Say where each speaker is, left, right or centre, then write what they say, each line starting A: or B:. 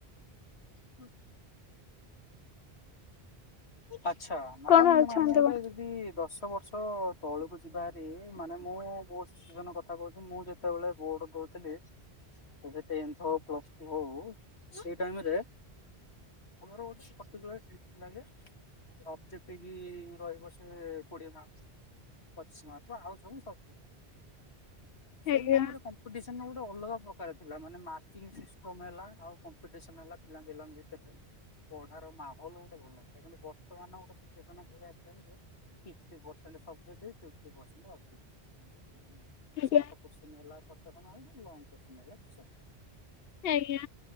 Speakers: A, on the left; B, on the left.
A: ହୁଁ। ଆଚ୍ଛା ମ୍ୟାଡ଼ାମ
B: କଣ ଭାବୁଛନ୍ତି
A: ଆମେ ଗୋଟେ ଯଦି ଦଶ ବର୍ଷ ତଳକୁ ଯିବା ହାରି ମାନେ ମୁଁ ବହୁ ଜଣ କଥା କହୁଛନ୍ତି ମୁଁ ଯେତେବେଳେ ବୋଡ ଦଉଥିଲି ଏବେ ଟେନ୍ଥ ହଉ ପ୍ଲସ ଟୁ ହଉ ସେଇ ଟାଇମରେ ଆମର ଅଛି ଠିକ ଲାଗେ ଅବଜେକ୍ଟ ବି ରହିବ ସେ କୋଡ଼ିଏ ମାର୍କ। ପଚିଶ ମାର୍କ ଆଉ ସବୁ ସ
B: କଣ
A: ସେଇ ଟାଇମରେ
B: ଆଜ୍ଞା
A: କମ୍ପିଡିସନ ଗୋଟେ ଅଲଗା ପ୍ରକାର ଥିଲା ମାନେ ମାର୍କ ବେସିସ୍ କମ୍ ହେଲା ଆଉ କମ୍ପିଡିସନ ହେଲା ପିଲା ପିଲାଙ୍କ ଭିତରେ। ତାର ମାହୋଲ ଗୋଟେ ଭଲ ଲ ବର୍ତ୍ତମାନ ଗୋଟ ସୁଏ ଭଆସା fifty percent subjective fifty percent objective
B: ଆଜ୍ଞା
A: ସଟ କ୍ୱେଷ୍ଟିଁ ହେଲା ଲଙ୍ଗ କ୍ୱେଚେନ ହେଲା ପଚାଶ ମାର୍କ।
B: ସେଇଆ।